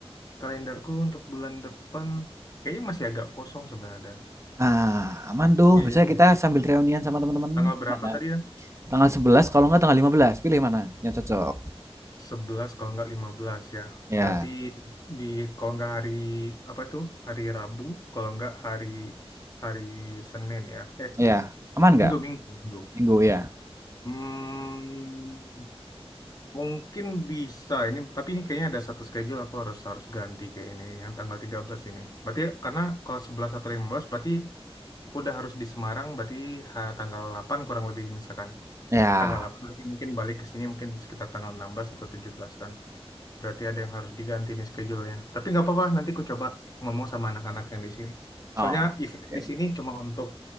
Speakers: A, on the left; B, on the right.
A: Kalenderku untuk bulan depan kayaknya masih agak kosong sebenarnya dan.
B: ah, aman tuh.
A: Iya.
B: Bisa kita sambil reunian sama teman-teman.
A: Tanggal
B: Gimana?
A: berapa tadi
B: Tanggal sebelas kalau nggak tanggal lima belas Pilih mana yang cocok.
A: sebelas kalau nggak 15 ya.
B: Ya,
A: Berarti di kalau nggak hari apa tuh? Hari Rabu, kalau nggak hari hari Senin ya. Eh,
B: ya, aman
A: Minggu,
B: nggak?
A: Minggu, Minggu.
B: Minggu ya.
A: Hmm, mungkin bisa ini tapi ini kayaknya ada satu schedule aku harus harus ganti kayak ini yang tanggal 13 ini. Berarti karena kalau 11 atau 15 berarti aku udah harus di Semarang berarti ha- tanggal 8 kurang lebih misalkan.
B: Ya.
A: Tanggal 8 mungkin balik ke sini mungkin sekitar tanggal 16 atau 17 kan. Berarti ada yang harus diganti nih schedule-nya. Tapi nggak apa-apa, nanti ku coba ngomong sama anak-anak yang di sini.
B: Oh,
A: Soalnya event yang
B: oke.
A: di sini cuma untuk